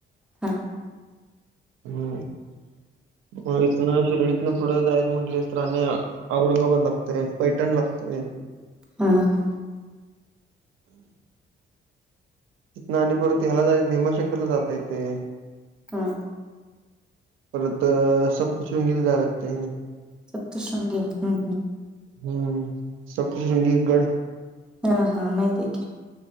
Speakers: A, in the centre; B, on the right.
A: हा
B: हम्म. मग इथन शिर्डीतन पुढं जायचं म्हंटलं तर औरंगाबाद लागतय पैठण लाग ते.
A: हा हा.
B: तिथ आणि परत ह्याला जा भीमाशंकरला जाता येतय
A: हा
B: परत सप्तशृंगी ला जाय लागते.
A: सप्तशृंगी हम्म हम्.
B: हम्म सप्तशृंगी गड.
A: हा हा माहिती की.